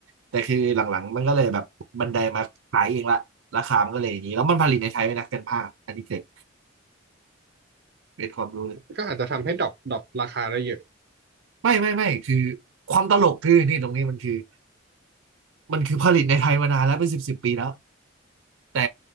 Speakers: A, on the right; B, on the right.
A: แต่คือหลังๆมันก็เลยแบบบันไดมาขายเองละราคามันก็เลยอย่างนี้แล้วมันผลิตในไทยด้วยนะเป็นภาพอันนี้เกิดเป็นความรู้เลย
B: ก็อาจจะทำให้ดรอปดรอปราคาได้เยอะ
A: ไม่ไม่ไม่คือความตลกคือนี่ตรงนี้มันคือ มันคือผลิตในไทยมานานแล้วเป็นสิบสิบปีแล้วแต่